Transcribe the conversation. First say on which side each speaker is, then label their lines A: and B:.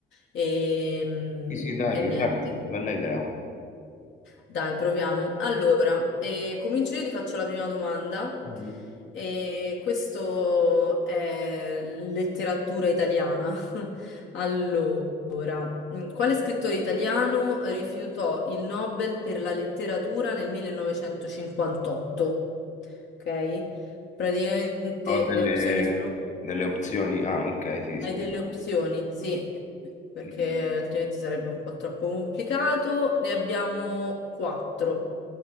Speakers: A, on the left; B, on the left.
A: E, e
B: sì, sì, dai, mi
A: niente.
B: piace, bella idea.
A: Dai, proviamo. Allora, eh, comincio io, ti faccio la prima domanda.
B: Mhm.
A: E questo è letteratura italiana. <laughs> Allora, mm, quale scrittore italiano rifiutò il Nobel per la letteratura nel 1958? Ok? Praticamente
B: Ho delle,
A: le opzioni sono
B: delle opzioni. Ah, ok, sì,
A: hai
B: scusa.
A: delle opzioni, sì, perché
B: Dimmi.
A: altrimenti sarebbe un po' troppo complicato. Ne abbiamo quattro.